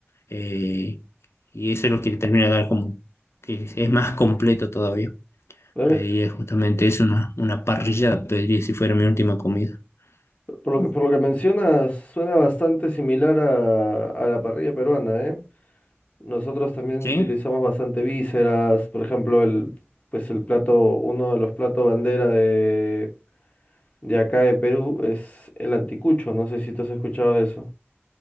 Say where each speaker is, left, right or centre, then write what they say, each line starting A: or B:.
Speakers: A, on the left; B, on the left.
A: eh, y eso es lo que le termina de dar como que es, es más completo todavía.
B: Dame-
A: Pediría justamente eso, una, una parrillada, pediría si fuera mi última comida.
B: por lo
A: Ujú.
B: que, por lo que mencionas, suena bastante similar a, a la parrilla peruana, ¿eh? Nosotros también
A: ¿Sí?
B: utilizamos bastante vísceras, por ejemplo, el, pues el plato, uno de los platos bandera de, de acá de Perú es el anticucho, no sé si tú has escuchado eso.